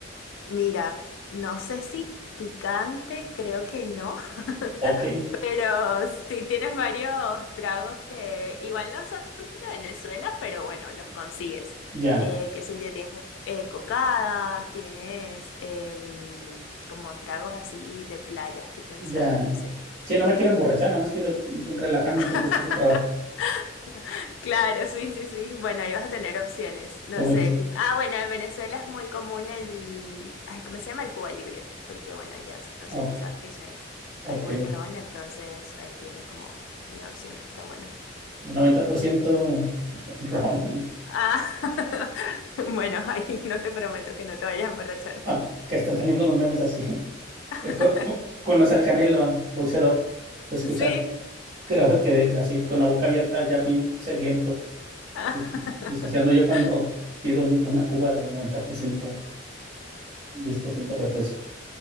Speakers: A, on the left (about 75°); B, on the right (about 35°).
A: mira, no sé si picante, creo que no, <laughs>
B: Ok,
A: pero sí tienes varios tragos que igual no son de Venezuela, pero bueno, los consigues.
B: ya.
A: Eh, qué sé yo, tienes eh, cocada, tienes em, como tragos así de playa, estoy pensando,
B: Ya.
A: no sé.
B: Sí, no me quiero emborrachar, nada más quiero relajarme
A: <laughs>
B: un poco después del trabajo,
A: Claro, sí, sí, sí. Bueno, ahí vas a tener opciones. No
B: como
A: sé,
B: dijiste.
A: el tipo... Ah, bueno, en Venezuela es muy común el... Ay, ¿cómo se llama? El Cuba Libre. Porque, bueno, allá no
B: Ok,
A: sé si sabes que se...
B: ok.
A: hay buen ron, entonces ahí tienes como una opción que está buena.
B: El 90% <laughs> ron y
A: Ah, <laughs> bueno, ahí no te prometo que no te vayas a emborrachar.
B: acá están saliendo unos memes así. <laughs>
A: <laughs>
B: Eh, co- co- Conoce al Canelo, boxeador, lo he escuchado.
A: Sí.
B: Creo que de él, así con la boca abierta, ya bien sediento.
A: <laughs>
B: Y, y si así ando yo cuando pido un- una cuba de noventa por ciento diez por ciento refresco.